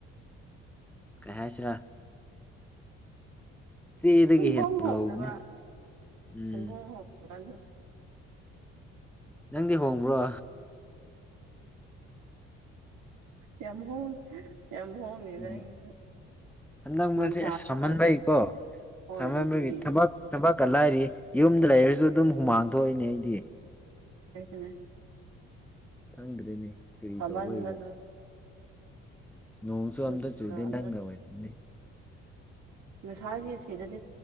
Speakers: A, in the centre; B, on the right (about 70°).
A: ꯀꯩ ꯍꯥꯏꯁꯤꯔꯥ ꯆꯦꯗꯒꯤ
B: ꯁꯨꯡꯍ‌ꯣꯡ
A: ꯍꯦꯟꯅ ꯉꯧꯕꯅꯤ
B: ꯍꯣꯡꯗꯕ
A: ꯎꯝ
B: ꯁꯨꯡꯍ‌ꯣꯡ ꯍꯣꯡꯗꯕ ꯑꯗꯨ
A: ꯅꯪꯗꯤ ꯍꯣꯡꯕ꯭ꯔꯣ
B: ꯌꯥꯝ ꯍ‌ꯣꯡ ꯌꯥꯝ ꯍ‌ꯣꯡꯅꯤꯗ‌
A: ꯎꯝ
B: ꯑꯩꯒꯤꯁꯨ
A: ꯍꯟꯗꯛ
B: ꯅꯨꯡꯁꯥꯗꯅ
A: ꯃꯔꯛꯁꯤ ꯑꯁ ꯁꯥꯃꯟꯕꯒꯤꯀꯣ
B: ꯍꯣꯏ
A: ꯁꯥꯃꯟꯕꯒꯤ
B: ꯑꯗꯨꯅꯦ
A: ꯊꯕꯛ ꯊꯕꯛꯀ ꯂꯥꯏꯔꯤ ꯌꯨꯝꯗ ꯂꯩꯔꯁꯨ ꯑꯗꯨꯝ ꯍꯨꯃꯥꯡ ꯊꯣꯛꯏꯅꯦ ꯑꯩꯗꯤ
B: ꯑꯩꯁꯨꯅ‌ꯦ
A: ꯈꯪꯗ꯭ꯔꯦꯅꯦ ꯀꯔꯤ
B: ꯁꯥꯃꯟꯕꯗꯨꯅ
A: ꯇꯧꯕꯩꯔꯥ ꯅꯣꯡꯁꯨ
B: ꯃꯆꯨꯒ
A: ꯑꯝꯇ ꯆꯨꯗꯦ ꯅꯪꯒ
B: ꯑꯝꯇ
A: ꯑꯣꯏꯔꯝꯅꯤ
B: ꯉꯁꯥꯏꯗꯤ ꯑꯁꯤꯗꯗꯤ